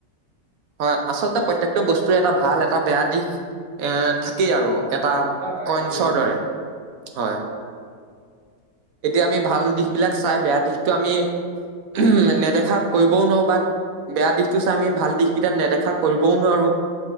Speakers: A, on the right; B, on the right.
A: হয়। আচলতে প্ৰত্যেকটো বস্তুৰে এটা ভাল এটা বেয়া দিশ এ থাকেই আৰু। এটা
B: হয়, হয়
A: কইন্ছৰ
B: থাকিবই।
A: দৰে হয় এতিয়া আমি ভাল দিশ বিলাক চাই বেয়া দিশতটো আমি উম নেদেখা। কৰিবও নোৱাৰোঁ বা বেয়া দিশটো চাই আমি ভাল দিশকেইটা নেদেখা কৰিবও নোৱাৰোঁ।